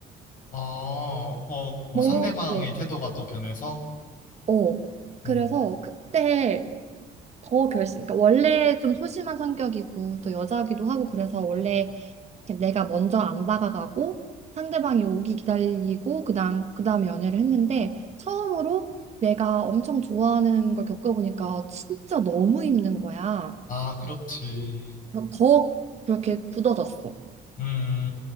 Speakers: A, on the left; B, on the right.
A: 어, 어, 뭐
B: 너무,
A: 상대방의
B: 어,
A: 태도가 또 변해서?
B: 어. 그래서
A: 음,
B: 그때 더 결심, 그러니까 원래 좀 소심한 성격이고 또 여자기도 하고 그래서 원래
A: 음.
B: 이렇게 내가 먼저 안 다가가고 상대방이 오기 기다리고 그다음 그다음에 연애를 했는데 처음으로 내가 엄청 좋아하는 걸 겪어보니까 진짜 너무 힘든 거야.
A: 아, 그렇지.
B: 그래서 더 그렇게 굳어졌어.
A: 음,